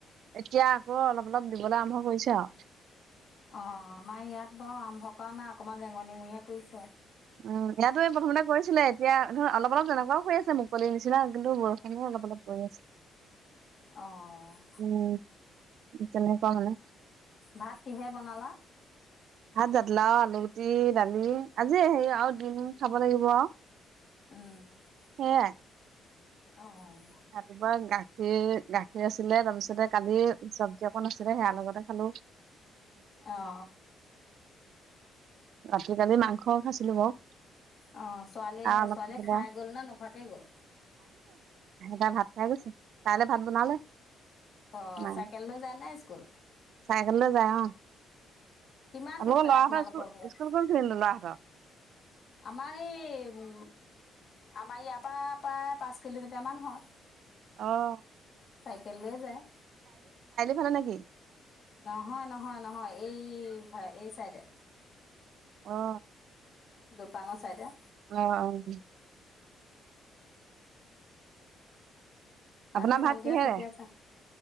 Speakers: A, on the right; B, on the left.
A: এতিয়া গ অলপ অলপ দিবলৈ আৰম্ভ কৰিছে আও।
B: অ আমাৰ ইয়াত বাৰু আৰম্ভ কৰা নাই অকমান ৰেঙনিমঙৰিয়া কৰিছে।
A: উম, ইয়াতো প্ৰথমতে কৰিছিলে এতিয়া ধৰ অলপ অলপ তেনেকুৱাও হৈ আছে মুকলিৰ নিচিনা। কিন্তু বৰষুণো অলপ অলপ পৰি আছে।
B: অ'।
A: উম তেনেকুৱা মানে।
B: ভাত কিহে বনালা?
A: ভাত জাতিলাও, আলুগুটি দালি আজি সেই আৰু দিম খাব লাগিব আৰু।
B: অ'।
A: সেইয়াই।
B: অ'।
A: ৰাতিপুৱা গা গাখীৰ, গাখীৰ আছিলে তাৰপিছতে কালিৰ চব্জি অকণ আছিলে সেইয়াৰ লগতে খালোঁ।
B: অহ।
A: ৰাতি কালি মাংস খাইছিলোঁ বাৰু।
B: অ', ছোৱালীয়ে
A: আৰু অলপ
B: ছোৱালীয়ে
A: খাইছিলে
B: খাই গ'ল ন' নোখোৱাকে গ'ল?
A: সেটা ভাত খায় গৈছে। চাইলে ভাত বনালে।
B: অ
A: মায়ে
B: চাইকেল লৈ যায় নে স্কুল।
A: চাইকেললৈ যায় অহ।
B: কিমান
A: আপোনোকৰ
B: দূৰ তাই
A: ল'ৰা এটা
B: তোমালোকৰ
A: স্কুল
B: ঘৰত
A: স্কুল গৈছিলে নে ল'ৰাহঁতৰ।
B: আমাৰ এই আমাৰ ইয়াৰ পৰা প্ৰায় পাঁচ কিলোমিটাৰ মান হয়।
A: অহ।
B: চাইকেল লৈয়ে যায়।
A: ফালে নেকি
B: নহয়, নহয়, নহয় এই হয়, এই চাইডে।
A: অ'।
B: দুপাংৰ চাইডে
A: অ', অ', উ।
B: তাকে
A: আপোনাৰ ভাত
B: ভন্তিহঁত
A: কিহেৰে
B: ঠিকে আছে।